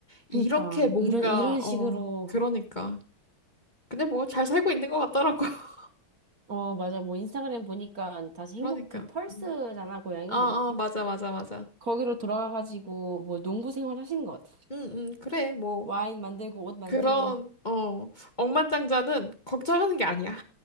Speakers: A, on the left; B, on the right.
A: 이렇게
B: 그니까,
A: 뭔가
B: 이런, 이런 식으로,
A: 어 그러니까 근데 뭐 잘 살고 있는 것 같더라고. <laughs>
B: 어, 맞아. 뭐, 인스타그램 보니까 다시
A: 그러니까.
B: 행복, 그 펄스잖아,
A: 음.
B: 고양이.
A: 어, 어, 맞아, 맞아, 맞아.
B: 거기로 돌아가가지고, 뭐, 농부 생활 하시는 것 같아.
A: 응, 응, 그래, 뭐.
B: 와인 만들고, 옷 만들고,
A: 그런, 어, 억만장자는 걱정하는 게 아니야.